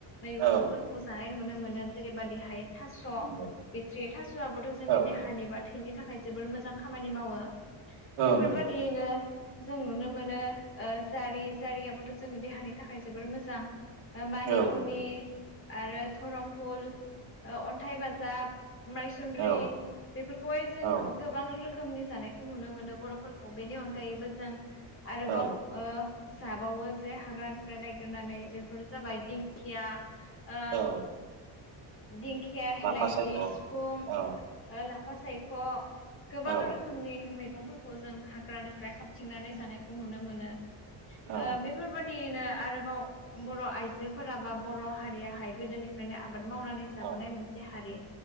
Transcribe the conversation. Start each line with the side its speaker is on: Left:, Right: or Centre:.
Left: मैगंफोरखौ
Right: औ
Left: जानाय नुनो मोनो जेरैबादिहाय थास'
Right: नंगौ
Left: बिथ्रि थासआबोथ जोंनि
Right: औ
Left: देहानि
Right: नंगौ
Left: बा थैनि थाखाय जोबोर मोजां खामानि मावो ।
Right: औ
Left: बेफोरबादियैनो
Right: नंगौ
Left: जों नुनो मोनो ओ जारि जारियाबोथ जोंनि देहानि थाखाय जोबोर मोजां मानिमुनि
Right: औ नंगौ
Left: आरो धरमफुल अन्थाइ बाजाब मायसन्द्रि
Right: औ
Left: बेफोरखौहाय जों
Right: औ
Left: गोबां रोखोमनि जानायखौ नुनो मोनो बरफोरखौ बेनि अनगायैबो जों आरोबाव
Right: औ
Left: ओ जाबावो जे हाग्रानिफ्राय नायागिरनानै बेफोरो जाबाय दिंखिया आ
Right: औ
Left: दिंखिया हेलांसि
Right: लाफा सायख' औ
Left: सिफुं
Right: औ
Left: लाफा सायख गोबां
Right: औ
Left: रोखोमनि मैगंफोरखौ जों हाग्रानिफ्राय खाबथिंनानै जानायखौ नुनो मोनो
Right: औ
Left: आ बेफोरबायदि -यैनो आरोबाव बर आइजोफोरा बा बर हारियाहाय गोदोनिफ्रायनो आबाद मावनानै जाबोनाय
Right: औ
Left: मोनसे हारि